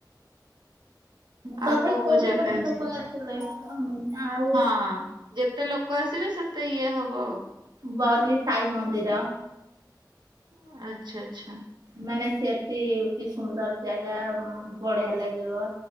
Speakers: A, on the right; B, on the right.
A: ତଥାପି
B: ଆଉ କୋଉ କୋଉ
A: କୋଉଠୁ
B: ଜାଗା
A: କୋଉଠୁ
B: ଅଛି?
A: ଲୋକ ଆସିଥିଲେ <unintelligible> ଆଉ
B: ହଁ ଯେତେ ଲୋକ ଆସିବେ, ସେତେ ଇଏ ହବ ଆଉ।
A: ବରି ସାଇ ମନ୍ଦିର
B: ଅଁ ଆଚ୍ଛା ଆଚ୍ଛା।
A: ମାନେ ସେଠି ବି ସୁନ୍ଦର ଜାଗା ଉମ୍ ବଢିଆ ଲାଗିବ।